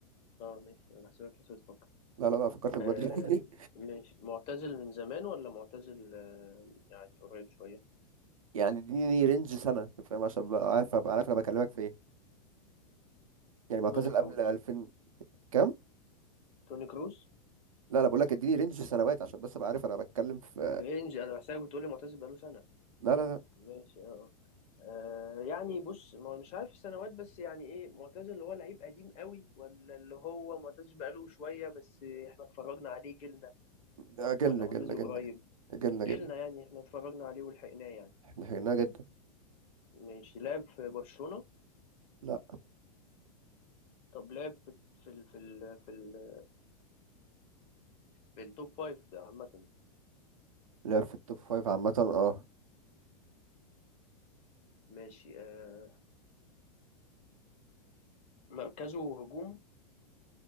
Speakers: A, on the left (about 35°); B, on the right (about 70°).
A: اه ماشي انا بحسبك لسه بتفكر
B: لا لا لا فكرت من
A: آه
B: بدري <laughs>
A: مش معتزل من زمان ولا معتزل آه يعني قريب شوية
B: يعني اديني رينج سنه فاهم عشان بقى عارف ابقى عارف انا بكلمك في ايه يعني معتزل
A: توني كروس
B: قبل 2000 كام
A: توني كروس
B: لا لا بقول لك اديني رينج سنوات عشان بس ابقى عارف انا بتكلم في
A: رينج انا بحسك بتقولي معتزل بقاله سنة
B: لا لا
A: ماشي اه آه، آه، يعني بص ما مش عارف السنوات بس يعني ايه معتزل اللي هو لعيب قديم قوي ولا اللي هو معتزل بقاله شوية بس احنا اتفرجنا عليه جيلنا ولا
B: لا اجلنا
A: معتزل
B: اجلنا اجلنا
A: قريب
B: اجلنا اجلنا
A: جيلنا
B: اجلنا.
A: يعني احنا اتفرجنا عليه ولحقناه يعني
B: احنا حيناها جدا
A: ماشي لعب في برشلونة
B: لا
A: طب لعب في في ال في ال في, ال في التوب فايف ده عامة
B: لعب في التوب فايف عامه اه
A: ماشي آه مركزه هجوم